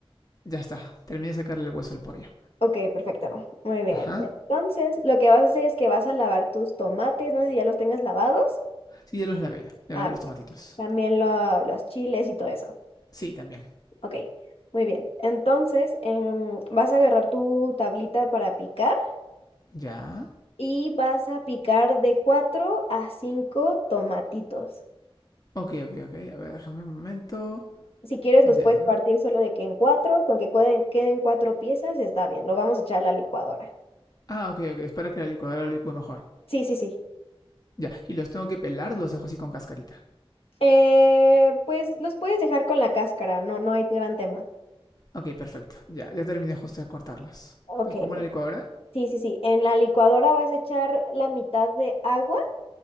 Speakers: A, on the left; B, on the left.
A: Ya está, terminé de sacarle el hueso al pollo.
B: Ok, perfecto. Muy bien.
A: Ajá.
B: Entonces, lo que vas a hacer es que vas a lavar tus tomates. No sé si ya los tengas lavados.
A: Sí, ya los lavé ya, ya
B: Ah,
A: lavé
B: perfecto.
A: los tomatitos.
B: También lo- los chiles y todo eso.
A: Sí, también.
B: Ok, muy bien. Entonces, em, vas a agarrar tu tablita para picar
A: Ya.
B: y vas a picar de 4 a 5 tomatitos.
A: Ok, ok, ok, a ver, déjame un momento.
B: Si quieres,
A: Ya.
B: los puedes partir solo de que en cuatro, con que cueden- queden, cuatro piezas, está bien. Lo vamos a echar a la licuadora.
A: Ah, ok, ok, es para que la licuadora lo licúe mejor.
B: Sí, sí, sí.
A: Ya, y los tengo que pelar, los dejo así con cascarita.
B: Eh, pues los puedes dejar con la cáscara, no, no hay gran tema.
A: Ok, perfecto. Ya, ya terminé justo de cortarlos.
B: Ok,
A: Los pongo
B: per-
A: en la licuadora.
B: Sí, sí, sí. En la licuadora vas a echar la mitad de agua